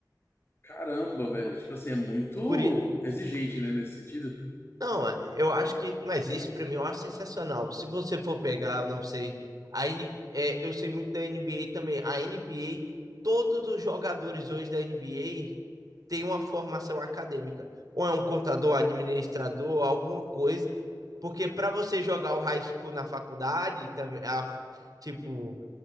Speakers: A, on the left; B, on the right.
A: Caramba, velho, tipo assim, é muito
B: Por,
A: exigente, né, nesse sentido.
B: Não, é- eu acho que. Mas isso pra mim eu acho sensacional. Se você for pegar, eu não sei. A, N é, eu sei muito da NBA também. A NBA, todos os jogadores hoje da NBA têm uma formação acadêmica. Ou é um contador, administrador, alguma coisa. Porque pra você jogar o high school na faculdade, também, a- tipo,